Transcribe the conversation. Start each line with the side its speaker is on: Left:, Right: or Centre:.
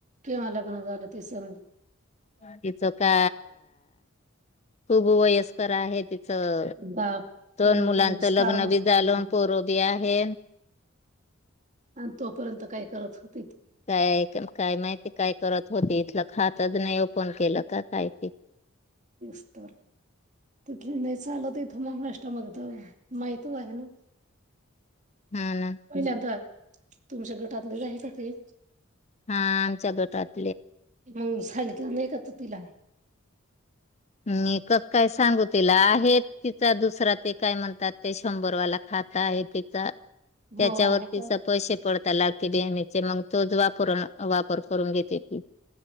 Right: तेव्हा लग्न झालं ते सज
Left: तिचं का खूप वयस्कर आहे तर
Right: बाप
Left: दोन
Right: रे
Left: मुलांच
Right: स्टार
Left: लग्न
Right: मग
Left: बी झालं पोरो बी आहे
Right: आणि तोपर्यंत काय करत होत
Left: काय काय माहिती काय करत होती इथलं खातच नाही ओपन केलं का कायती
Right: तेस्तर तथ नाही चालत इथं महाराष्ट्रामध्ये तर माहितच आहे ना
Left: हा ना
Right: पहिल्यांदा तुमच्या गटातलेच आहे का ते
Left: हा आमच्या गटात
Right: मग सांगितलं नाही का तू तिला
Left: मी काय सांगू तिला आहे तिचा दुसरा ते काय म्हणतात ते शंभरवाला खा खाता आहे तिचा त्याच्यावर
Right: हो आहे का
Left: त पैशे पडता ला बेणी मग तो ण वापर करून घेते ती